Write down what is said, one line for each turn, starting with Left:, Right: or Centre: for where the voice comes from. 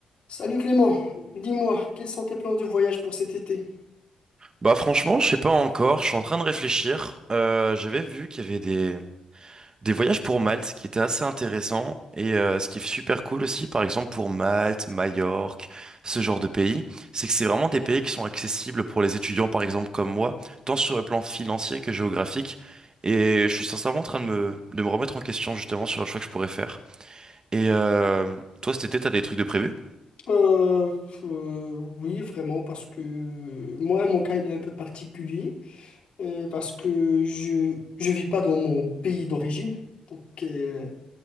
Left: Salut Clément, dis-moi, quels sont tes plans de voyage pour cet été?
Right: Bah franchement, je sais pas encore, je suis en train de réfléchir. Euh, j'avais vu qu'il y avait des, des voyages pour Malte qui étaient assez intéressants et euh, ce qui est super cool aussi, par exemple pour Malte, Majorque, ce genre de pays, c'est que c'est vraiment des pays qui sont accessibles pour les étudiants, par exemple comme moi, tant sur le plan financier que géographique. Et je suis sincèrement en train de me, de me remettre en question justement sur le choix que je pourrais faire. Et euh, toi cet été, t'as des trucs de prévu?
Left: Euh, euh, oui, vraiment, parce que moi, mon cas, il est un peu particulier, euh, parce que je je vis pas dans mon pays d'origine. Donc, euh,